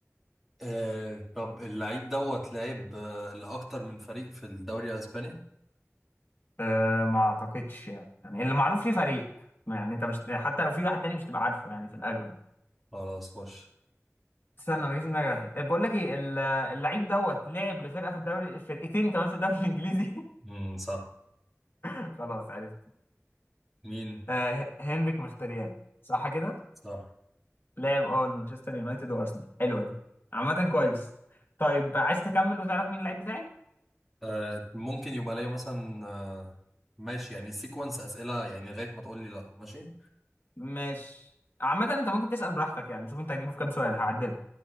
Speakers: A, in the centre; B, on the left.
A: آه طب اللعيب دوت لعب آه لأكتر من فريق في الدوري الأسباني
B: آه ما اعتقدش يعني اللي معروف ليه فريق يعني انت مش حتى لو في واحد تاني مش تبقى عارفه يعني في الاغلب
A: خلاص وش
B: استنى انا جه في دماغي واحد آه، بقول لك ايه ال- اللعيب دوت لعب لفرقه في الدوري فرقتين كمان في الدوري الانجليزي
A: مم، صح
B: <laughs> خلاص عرفت
A: مين
B: آه هنريك مختريان صح كده؟
A: صح
B: لاعب اه مانشستر يونايتد وارسنال حلوه دي عامة كويس طيب عايز تكمل وتعرف مين اللعيب بتاعي؟
A: آه، ممكن يبقى ليا مثلا آه، ماشي يعني سيكونس أسئلة يعني لغاية ما تقول لي لا ماشي
B: ماشي عامة انت ممكن تسأل براحتك يعني شوف انت هتجيبه في كام سؤال هعدلك